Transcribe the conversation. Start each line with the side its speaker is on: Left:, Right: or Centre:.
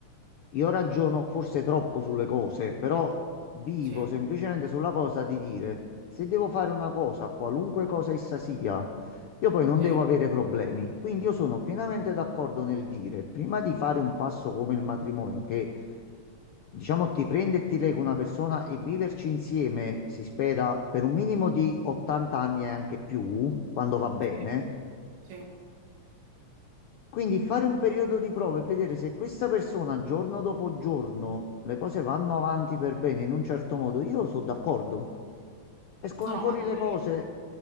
Left: io ragiono forse troppo sulle cose, però vivo
Right: Sì,
Left: semplicemente sulla cosa di dire, se devo fare una cosa, qualunque cosa essa sia, io poi non
Right: sì,
Left: devo avere problemi. Quindi io sono pienamente d'accordo nel dire, prima di fare un passo come il matrimonio, che Diciamo, ti prende e ti lega una persona e viverci insieme, si spera, per un minimo di 80 anni e anche più, quando va bene.
Right: sì, sì.
Left: Quindi fare un periodo di prova e vedere se questa persona giorno dopo giorno le cose vanno avanti per bene in un certo modo, io sono d'accordo. Escono
Right: No, no,
Left: fuori
Right: ma anche
Left: le cose,
Right: io.